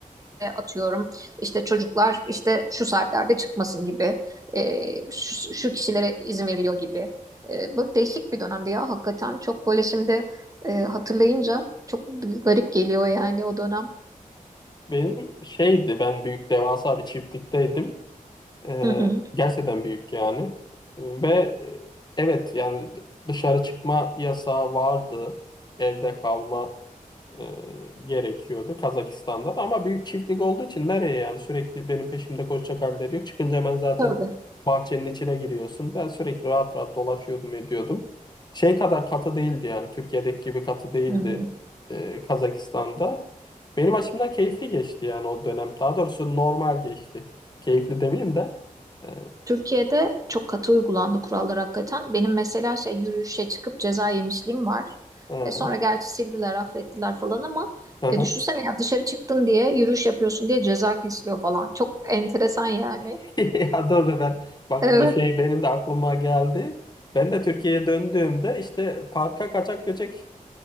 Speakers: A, on the right (about 25°); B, on the left (about 30°).
A: atıyorum işte çocuklar işte şu saatlerde çıkmasın gibi e, şu, şu kişilere izin veriliyor gibi. E, böyle değişik bir dönemdi ya hakikaten çok böyle şimdi e, hatırlayınca çok garip geliyor yani o dönem.
B: Benim şeydi ben büyük devasa bir çiftlikteydim. E,
A: Hı hı.
B: gerçekten büyük yani. E, ve e, evet yani d- dışarı çıkma yasağı vardı. Evde kalma e, gerekiyordu Kazakistan'da da ama büyük çiftlik olduğu için nereye yani sürekli benim peşimde koşacak halleri yok. Çıkınca hemen zaten
A: Tabii.
B: bahçenin içine giriyorsun. Ben sürekli rahat rahat dolaşıyordum ediyordum. Şey kadar katı değildi yani Türkiye'deki gibi katı değildi
A: Hı hı.
B: e, Kazakistan'da. Benim açımdan keyifli geçti yani o dönem. Daha doğrusu normal geçti. Keyifli demeyeyim de. E,
A: Türkiye'de çok katı uygulandı kurallar hakikaten. Benim mesela şey yürüyüşe çıkıp ceza yemişliğim var.
B: e,
A: E, sonra gerçi sildiler, affettiler falan ama
B: hı
A: e,
B: hı.
A: düşünsene ya dışarı çıktın diye yürüyüş yapıyorsun diye ceza kesiliyor falan. Çok enteresan yani.
B: <laughs> Ya doğru ben bak
A: Evet.
B: bu şey benim de aklıma geldi. Ben de Türkiye'ye döndüğümde işte parka kaçak göçek